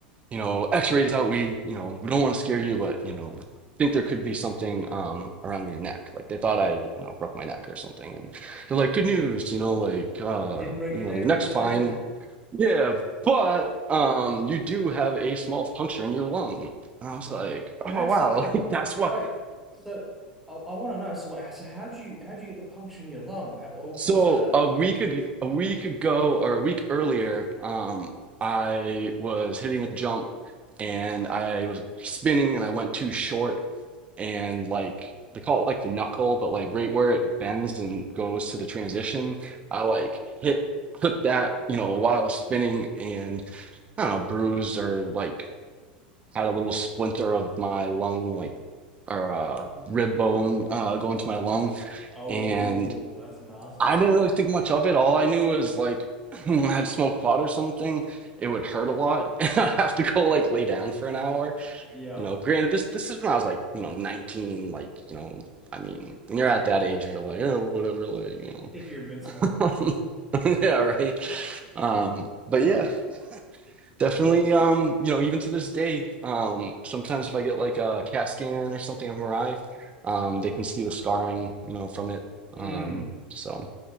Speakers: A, on the right (about 25°); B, in the centre.
A: you know, x-rays out. We, you know, we don't want to scare you, but, you know, think there could be something um around your neck. Like they thought I, you know, broke my neck or something. And they're like, good news, you know, like uh,
B: You didn't break
A: you
B: your
A: know,
B: neck.
A: your neck's
B: You're not
A: fine.
B: dead.
A: Yeah, but um you do have a small puncture in your lung. And I was
B: Oh,
A: like,
B: how?
A: oh wow,
B: So wait,
A: <laughs> like that's what.
B: wait. So I, I want to know. So wait. So how do you how do you get the puncture in your lung? How, what would
A: So
B: cause that?
A: a week ago, a week ago or a week earlier, um, I was hitting a jump and I was spinning and I went too short and like they call it like the knuckle, but like right where it bends and goes to the transition, I like hit clip that, you know, while I was spinning and I don't know, bruised or like had a little splinter of my lung, like or uh rib bone uh going to my lung.
B: Oh,
A: And
B: that's nasty.
A: I didn't really
B: Yeah.
A: think much of it. All I knew was like <laughs> when I had smoked pot or something, it would hurt a lot. <laughs> and I'd have to go like lay down for an hour
B: Yeah.
A: you know, granted, this this is when I was like, you know, 19, like, you know, I mean, when you're at that age, you're like, oh, whatever, like, you
B: Think you're invincible.
A: know. <laughs> Yeah, right. Um, but yeah, definitely, um, you know, even to this day, um, sometimes if I get like a CAT scan or something, MRI, um, they can see the scarring, you know, from it. Um,
B: Mm.
A: so